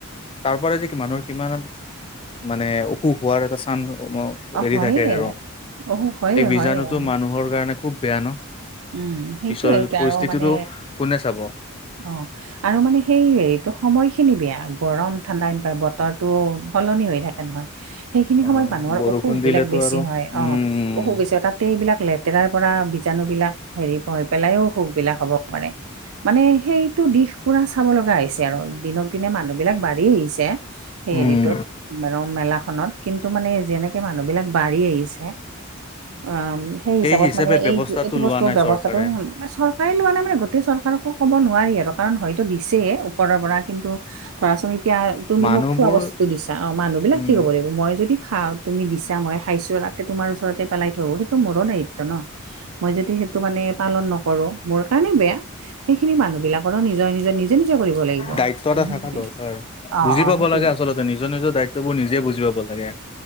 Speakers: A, on the left; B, on the right.
A: তাৰ পৰা যে মানুহৰ কিমান মানে অসুখ হোৱাৰ এটা চানচ ও
B: অ
A: এৰি
B: হয়ে
A: থাকে আৰু
B: অসুখ হয়ে
A: এই বীজাণুটো
B: হয়ে হয়ে
A: মানুহৰ কাৰণে খুব বেয়া ন।
B: উম সেইটোয়ে
A: পিছৰ
B: সেইটোয়ে
A: পৰিস্থিতিটো
B: আৰু মানে
A: কোনে চাব।
B: অ'। আৰু মানে সেই হেৰিটো সময়খিনি বেয়া গৰম ঠাণ্ডা এনেকুৱাই বতৰটো সলনি হৈ থাকে। নহয় সেইখিনি
A: আহ
B: সময়ত মানুহৰ
A: বৰষুণ
B: অসুখ
A: দিলেতো
B: বিলাক বেছি
A: আৰু
B: হয়
A: উম
B: অ'। অসুবিছ তাতে এইবিলাক লেতেৰাৰ পৰা বীজাণু বিলাক হেৰি হৈ পেলাইও অসুখবিলাক হ'ব পাৰে। মানে সেইটো দিশ পুৰা চাব লগা হৈছে আৰু। দিনক দিনে মানুহবিলাক বাঢ়ি আহিছে সেই
A: উম
B: হেৰিটোত। বাৰু মেলা খনত কিন্তু মানে যেনেকে মানুহ বিলাক বাঢ়ি আহিছে অ সেই হিচাপত
A: হিচাপে
B: মানে
A: ব্যৱস্থাটো
B: এই এইটো
A: লোৱা
B: বস্তু
A: নাই
B: ব্যৱস্থাটো
A: চৰকাৰে
B: চৰকাৰে লোৱা নাই মানে গোটেই চৰকাৰকো ক'ব নোৱাৰি আৰু কাৰণ হয়তো দিছে ওপৰৰ পৰা কিন্তু ধৰা চোন এতিয়া তুমি
A: মানুহবোৰ
B: মোক খোৱা বস্তুটো দিছা অ' মানুহবিলাক
A: উম
B: ঠিক হ'ব লাগিব মই যদি খাও তুমি দিছা মই খাইছোঁ তাত তোমাৰ ওচৰতে পেলাই থৈ আহো সেইটো মোৰো দায়িত্ব ন মই যদি সেইটো মানে পালন নকৰো। মোৰ কাৰণে বেয়া সেইখিনি মানুহ বিলাকৰো নিজৰ নিজৰ নিজে নিজে কৰিব লাগিব
A: দায়িত্ব এটা
B: উম,
A: থকা দৰকাৰ
B: অ',
A: বুজি
B: অ',
A: পাব
B: সেইটোয়ে
A: লাগে আচলতে নিজৰ নিজৰ দায়িত্ব বোৰ নিজে বুজি পাব লাগে।